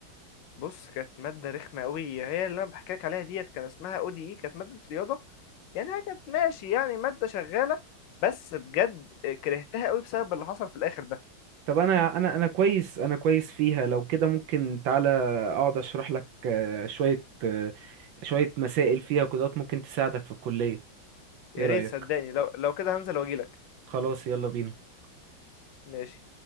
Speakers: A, on the left; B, on the right.
A: بص كانت ماده رخمه قوي هي اللي انا بحكي لك عليها ديت كان اسمها او دي اي كانت ماده رياضه يعني هي كانت ماشي يعني ماده شغاله بس بجد كرهتها قوي بسبب اللي حصل في الاخر ده
B: طب انا انا انا كويس انا كويس فيها لو كده ممكن تعالى اقعد اشرح لك آه، شوية آه، شوية مسائل فيها وكده ممكن تساعدك في الكلية
A: يا
B: ايه رأيك
A: ريت صدقني لو لو كده هنزل واجيلك
B: خلاص يلا بينا
A: ماشي